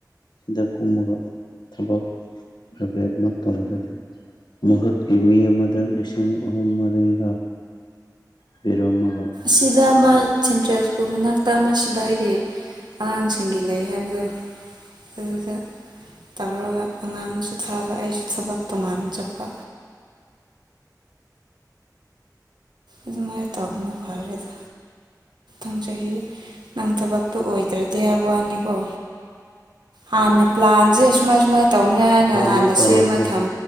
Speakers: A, on the left; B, on the right.
A: ꯁꯤꯗ ꯀꯨꯝꯃꯒ ꯊꯕꯛꯕꯦ ꯃꯇꯧꯗꯗꯤ ꯃꯍꯨꯠꯀꯤ ꯃꯤ ꯑꯃꯗ ꯂꯤꯁꯤꯡ ꯑꯍꯨꯝ ꯃꯔꯤꯒ ꯄꯤꯔꯝꯃ
B: ꯁꯤꯗ ꯃꯥꯜ ꯁꯦꯟꯇ꯭ꯔꯦꯜ ꯁ꯭ꯀꯨꯜ ꯃꯅꯥꯛꯇ ꯑꯃ ꯁꯤꯚ ꯑꯩꯒꯤ ꯑꯉꯥꯡꯁꯤꯡꯒꯤ ꯂꯩ ꯍꯥꯏꯕꯗꯣ ꯑꯗꯨꯗ ꯇꯧꯔꯒ ꯑꯉꯥꯡꯁꯨ ꯊꯥꯕ ꯑꯩꯁꯨ ꯊꯕꯛ ꯇꯣꯉꯥꯟ ꯆꯠꯄ ꯑꯗꯨꯃꯥꯏ ꯇꯥꯕꯅ ꯐꯚꯔꯦꯗ ꯪ ꯆ ꯅꯪ ꯊ ꯇ ꯑꯣꯏꯗ꯭ꯔꯗꯤ ꯍꯥꯏꯕ ꯋꯥꯅꯤꯀꯣ ꯍꯥꯟꯅ ꯄ꯭ꯂꯥꯟꯁꯦ ꯁ ꯃꯥꯏ ꯁꯨꯃꯥꯏꯅ ꯇꯧꯅꯤꯉ ꯍꯥꯟꯅ ꯍꯥꯟꯅꯁꯦ
A: ꯃꯨꯛ ꯇꯧꯔꯛꯀꯦ
B: ꯃꯇꯝ